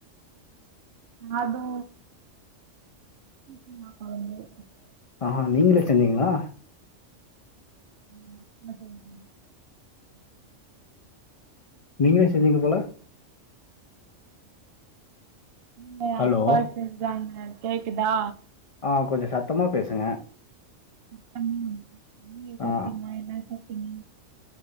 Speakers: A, on the right; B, on the left.
A: அது <unintelligible>
B: ஆ நீங்களே செஞ்சீங்களா
A: ம் நாந்தா செஞ்ச
B: நீங்களே செஞ்சீங்க போல
A: இல்ல
B: ஹலோ
A: அப்பா செஞ்சாங்க கேக்குதா
B: ஆ கொஞ்சோ சத்தமா பேசுங்க
A: <unintelligible> நீங்க
B: ஆ
A: சாப்டீங்களா என்ன சாப் டீங்க